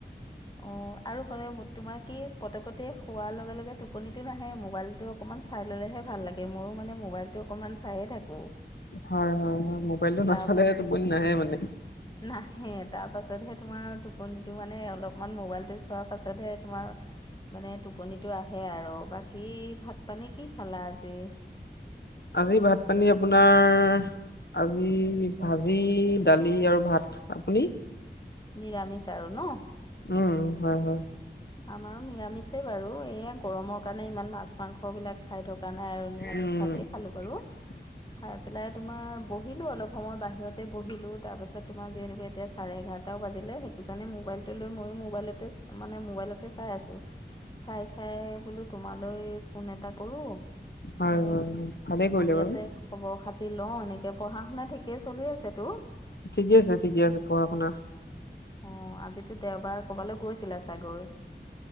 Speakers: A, on the left; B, on the left.
A: অ আৰু <unintelligible> তোমাৰ কি পতকতে শোৱাৰ লগে লগে টোপনিতটো নাহে মোবাইলতটো অকমান চাই ললেহে ভাল লাগে মোৰো মানে মোবাইলটো অকণমান চাইয়ে থাকো
B: হয় হয় হয় মোবাইলটো
A: তাৰ
B: নাচালে
A: পাছত
B: টোপনি নাহে মানে
A: নাহে তাৰ পাছতহে তোমাৰ টোপনিটো মানে অলপমান মোবাইলটো চোৱাৰ পাছতহে তোমাৰ মানে টোপনিটো আহে আৰু বাকী ভাত পানী কি খালা আজি
B: আজি ভাত পানী আপোনাৰ আজি ভাজি দালি আৰু ভাত আপুনি
A: নিৰামিষ আৰু ন
B: উম হয় হয়
A: আমাৰো নিৰামিষে বাৰু এইয়া গৰমৰ কাৰণে ইমান মাছ মাংস বিলাক খাই থকা নাই আৰু নিৰামিষ
B: উম
A: ভাতে খালো বাৰু
B: <inaudible>
A: খাই পেলাই তোমাৰ বহিলোঁ অলপ সময় বাহিৰতে বহিলোঁ তাৰপাছত তোমাৰ যিহেতু এতিয়া চাৰে এঘাৰটা বাজিলে সেইটো কাৰণে মোবাইলটো লৈ মইও মোবাইলতে <unintelligible> মানে মোবাইলকে চাই আছোঁ চাই চাই বোলো তোমালৈ ফোন এটা কৰোঁ
B: হয়
A: মানে
B: হয়
A: কি
B: হয় ভালেই
A: কি
B: কৰিলে
A: কৰি
B: বাৰু
A: আছে খবৰ খাতি লও এনেকে পঢ়া শুনা ঠিকেই চলি আছে ত
B: ঠিকে আছে ঠিকে আছে পঢ়া শুনা
A: আহ আজিতো দেওবাৰ কৰবালৈ গৈছিলা চাগৈ